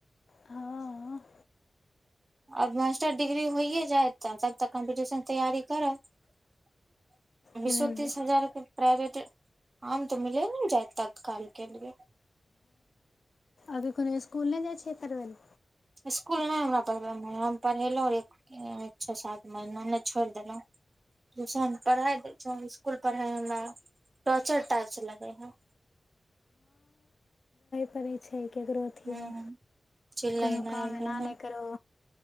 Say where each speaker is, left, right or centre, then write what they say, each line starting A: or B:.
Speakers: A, on the left; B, on the right.
A: हँ
B: आब मास्टर डिग्री होइयए जायत तऽ तब तक कम्पटिशन तैयारी करब
A: हूँ
B: बीसो तीस हजार के प्राइवेट कम तऽ मिले ने जायत तत्कालके लिए
A: अगर कोनो सकूल नहि दै छियै करबल
B: इसकुल नहि हमरा पढ़बैमे हम पढ़ेलहुँ छओ सात महीना नहि छोड़ि देलहुँ ट्यूशन पढ़ा दै छहुँ इसकुल पढ़ाइमे हमरा टॉर्चर टाइच लगै हइ
A: करै छै ककरो अथीमे
B: ह चिल्लेनाइ
A: कोनो काम
B: उलेनाइ
A: एना नहि करहो